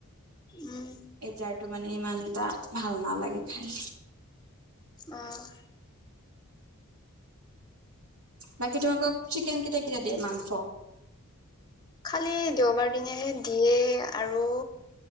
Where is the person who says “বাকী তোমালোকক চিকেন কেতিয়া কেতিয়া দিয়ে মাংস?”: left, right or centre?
Right